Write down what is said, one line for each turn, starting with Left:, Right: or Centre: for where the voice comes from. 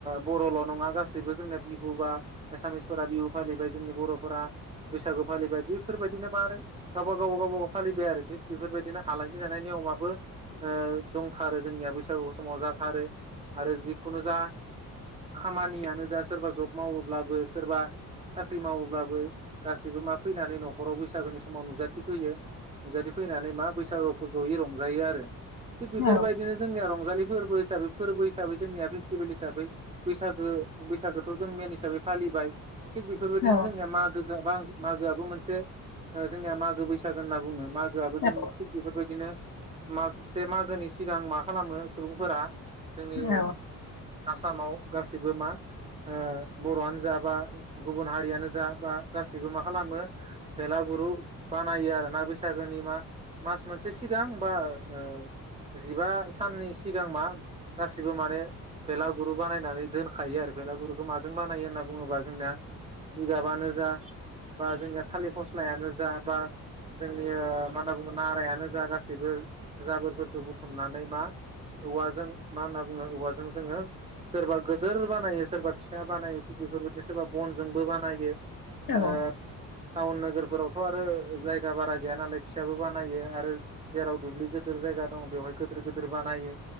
Right: बर'ल' नङा गासैबो जोंना बिहु बा एसामिसफोरा बिहु फालिबाय जोंनि बर'फोरा बैसागु फालिबाय बेफोरबायदिनो मा आरो गावबा गावब गावबाागाव फालिबाय आरो थिग बेफोरबायदिनो आलासि नेमाबो दंथारो जोंनिया बैसागु समाव जाथारो आरो जिखुनु जा खामानियानो जा सोरबा जब मावोब्लाबो सोरबा साख्रि मावोब्लाबो गासैबो मा फैनानै न'खराव बैसागोनि समाव नुजाथिफैयो। नुजाथि फैनानै मा बैसागुखौ जयै रंजायो आरो थिग बेफोरबायदिनो
Left: औ
Right: जोंनिया रंजालि फोरबो हिसाबै फोरबो हिसाबै जोंनिया फेस्टिभेल हिसाबै बैसागो बैसागोथ जों मेन हिसाबै फालिबाय थिग बेफोरबायदिनो
Left: औ
Right: जोंनिया मागो मागोआबो मोनसे ओ जोंनिया मागो बैसागो होनना बुङो मागोआबो
Left: औ
Right: जों थिग बेफोर बादिनो मा से मागोनि सिगां मा खालामो सुबुंफोरा जोंनि
Left: थायो
Right: आसामाव गासैबो मा ओ बर'आनो जा बा गुबुन हारियानो जा बा गासैबो मा खालामो भेलागुरु बानायो आरोना बैसागोनि मा स मोनसे सिगां बा ओ जिबा साननि सिगां मा गासिबो माने भेलागुर बानायनानै दोनखायो आरो फेलागुरखौ माजों बानायो होनना बुङोब्ला जोंनिया जिगाबानो जा बा जोंनिया थालिर फस्लायानो जा बा जोंनि ऐ मा होनना बुङो नारायानो जा गासैबो जाबोरफोरखौ बुथुमनानै मा औवाजों मा होनना बुङो औवाजों जोङो सोरबा गिदोर बानायो सोरबा फिसा बानायो थिग बेफोरबायदिनो सोरबा बनजोंबो बानायो
Left: औ
Right: ओ टाउन नोगोरफोरावथ आरो जायगा बारा गैया नालाय फिसाबो बानायो आरो जेराव दुब्लि गोदिर जायगा दङ बेवहाय गोदिर गोदिर बानायो